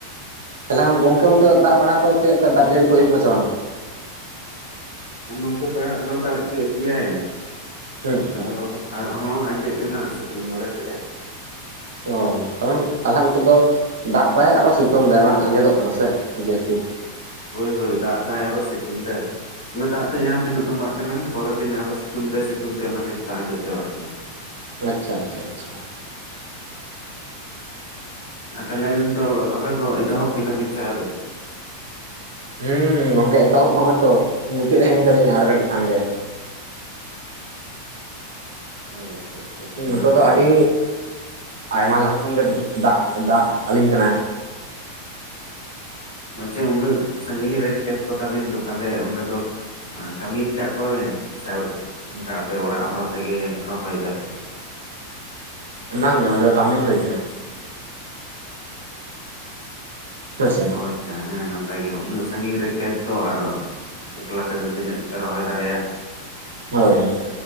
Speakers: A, on the right; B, on the left.
A: ᱛᱟᱦᱚᱞᱮ ᱜᱚᱝᱠᱮ ᱚᱱᱛᱮ ᱫᱚ ᱫᱟᱜ ᱵᱟᱲᱟ ᱠᱚ ᱪᱮᱜ ᱞᱮᱠᱟ ᱫᱟᱜ ᱡᱟᱹᱲᱤ ᱠᱚ ᱦᱩᱭᱩᱜ ᱠᱟᱱᱟ ᱥᱮ ᱵᱟᱝ ᱾
B: ᱟᱨ ᱱᱚᱱᱛᱮ ᱫᱟᱜ ᱢᱟ ᱫᱟᱜ ᱠᱮᱫ ᱜᱮᱭᱟᱭ
A: ᱦᱩᱸ
B: ᱟᱨ ᱦᱚᱸ ᱟᱨ ᱦᱚᱸ ᱟᱸᱡᱮᱫ ᱮᱱᱟ ᱥᱤᱛᱩᱝ ᱵᱟᱲᱟ ᱠᱮᱜᱼᱟᱭ ᱾
A: ᱚ ᱠᱟᱨᱚᱱ ᱛᱟᱦᱚᱞᱮ ᱚᱱᱛᱮ ᱫᱚ ᱫᱟᱜ ᱫᱟᱭ ᱟᱨᱚ ᱥᱤᱛᱩᱝ ᱫᱟᱭ ᱵᱟᱝ ᱟᱸᱡᱮᱫᱚᱜ ᱠᱟᱱᱟ ᱥᱮ ᱡᱮᱦᱮᱛᱩ
B: ᱦᱳᱭ ᱦᱳᱭ ᱫᱟᱜ ᱫᱟᱭ ᱟᱨᱚ ᱥᱤᱛᱩᱝ ᱫᱟᱭ ᱚᱱᱟ ᱫᱟᱜ ᱛᱮ ᱡᱟᱦᱟᱸ ᱛᱤᱱᱟᱹᱜ ᱛᱩᱢᱵᱟᱜ ᱠᱟᱱᱟ ᱯᱚᱨᱮᱨ ᱫᱤᱱ ᱟᱨᱚ ᱥᱤᱛᱩᱝ ᱫᱟᱭ ᱥᱤᱛᱩᱝ ᱛᱮ ᱚᱱᱟ ᱠᱚ ᱡᱚᱛᱚ ᱟᱸᱡᱮᱫ ᱪᱟᱵᱟᱜ ᱠᱟᱱᱟ ᱾
A: ᱟᱪᱪᱷᱟ ᱟᱪᱪᱷᱟ ᱟᱪᱪᱷᱟ ᱾
B: ᱟᱨ ᱛᱟᱦᱚᱞᱮ ᱟᱹᱵᱤᱱ ᱫᱚ ᱨᱚᱦᱚᱭ ᱠᱚ ᱮᱛᱚᱦᱚᱵ ᱠᱮᱫᱟ ᱵᱤᱱ ᱥᱮ ᱟᱹᱣᱨᱤ
A: ᱦᱩᱸ ᱜᱚᱝᱠᱮ ᱮᱛᱚᱦᱚᱵ ᱦᱚᱸ-ᱚᱭ ᱛᱚ ᱢᱩᱪᱟᱹᱫ ᱦᱮᱡᱮᱱ ᱛᱟᱹᱞᱤᱧᱟ ᱟᱨ ᱠᱟᱹᱷᱴᱤᱡ ᱠᱷᱟᱱ ᱜᱮ᱾
B: ᱚ ᱟᱪᱪᱷᱟ ᱟᱪᱪᱷᱟ ᱛᱟᱦᱚᱞᱮ
A: ᱮ ᱱᱤᱛᱚᱜ
B: ᱱᱟᱯᱟᱭ
A: ᱫᱚ ᱟᱹᱰᱤ
B: ᱜᱮ
A: ᱟᱭᱢᱟ ᱞᱟᱦᱟ ᱠᱷᱚᱱ ᱜᱮ ᱫᱟᱜ ᱫᱟᱜ ᱟᱹᱞᱤᱧ ᱠᱟᱱᱟ᱾
B: ᱪᱮ ᱩᱱᱟᱹᱜ ᱥᱟᱺᱜᱤᱧ ᱨᱮ ᱠᱷᱮᱛ ᱠᱚᱛᱟᱵᱤᱱ ᱫᱚ ᱛᱟᱦᱞᱮ ᱚᱸᱰᱮ ᱫᱚ᱾ ᱠᱟᱹᱢᱤᱱ ᱟᱠᱟᱫ ᱠᱚᱣᱟ ᱵᱮᱱ ᱥᱮ ᱚᱱᱠᱟ ᱟᱯᱮ ᱚᱲᱟᱜ ᱦᱚᱲ ᱟᱛᱮᱜᱮ ᱨᱚᱦᱚᱭ ᱮᱫᱟᱯᱮ᱾
A: ᱵᱟᱝ ᱜᱮ ᱚᱸᱰᱮ ᱫᱚ ᱠᱟᱹᱢᱤᱱ ᱦᱩᱭ ᱟᱠᱟᱱᱟ᱾ ᱦᱮᱸᱥᱮ
B: ᱚ ᱟᱪᱪᱷᱟ ᱦᱮᱸ ᱚᱱᱟᱠᱚ᱾ ᱩᱱᱟᱹᱜ ᱥᱟᱺᱜᱤᱧ ᱨᱮ ᱠᱷᱮᱛ ᱫᱚ ᱟᱨ ᱮᱠᱞᱟ ᱛᱮᱫᱚ ᱛᱤᱱᱟᱹᱜ ᱯᱮ ᱨᱚᱦᱚᱭ ᱫᱟᱲᱮᱭᱟᱜ᱾
A: ᱦᱳᱭ